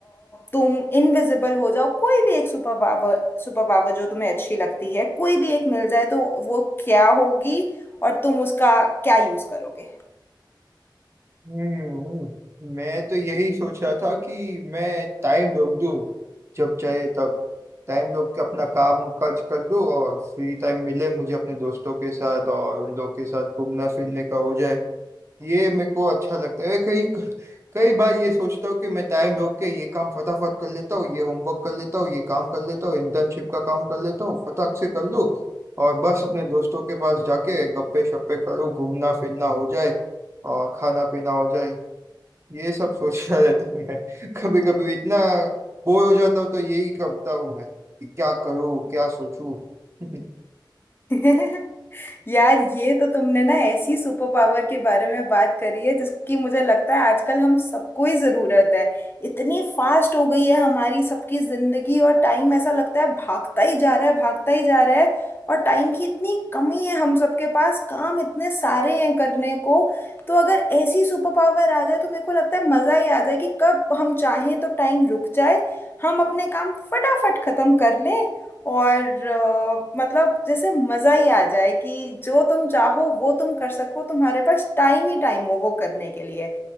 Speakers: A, on the left; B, on the right.
A: तुम इनविजिबल हो जाओ कोई भी एक सुपर पावर सुपर पावर जो तुम्हें अच्छी लगती है कोई भी एक मिल जाए तो वो क्या होगी और तुम उसका क्या यूज करोगे
B: हम्म मैं तो यही सोच रहा था कि मैं टाइम रोक दूं जब चाहे तब टाइम रोक के अपना काम काज कर दूं और फ्री टाइम मिले मुझे अपने दोस्तों के साथ और उन लोग के साथ घूमना फिरने का हो जाए ये मेरे को अच्छा लगता है कई कई बार ये सोचता हूँ कि मैं टाइम रोक के ये काम फटाफट कर लेता हूँ ये होमवर्क कर लेता हूँ ये काम कर लेता हूँ इंटर्नशिप का काम कर लेता हूँ फटाक से कर लूँ और बस अपने दोस्तों के पास जाके गप्पे शप्पे करूँ घूमना फिरना हो जाए और खाना पीना हो जाए ये सब सोचता रहता हूँ मैं <laughs> कभी कभी इतना बोर हो जाता हूँ तो यही करता हूँ मैं कि क्या करूँ क्या सोचूं <laughs>
A: <laughs> यार ये तो तुमने ना ऐसी सुपर पावर के बारे में बात करी है जिसकी मुझे लगता है आजकल हम सबको ही ज़रूरत है इतनी फास्ट हो गई है हमारी सबकी ज़िंदगी और टाइम ऐसा लगता है भागता ही जा रहा है भागता ही जा रहा है और टाइम की इतनी कमी है हम सबके पास काम इतने सारे हैं करने को तो अगर ऐसी सुपर पावर आ जाए तो मेरे को लगता है मज़ा ही आ जाए कि कब हम चाहें तो टाइम रुक जाए हम अपने काम फटाफट ख़त्म कर लें और अ, मतलब जैसे मज़ा ही आ जाए कि जो तुम चाहो वो तुम कर सको तुम्हारे पास टाइम ही टाइम हो वो करने के लिए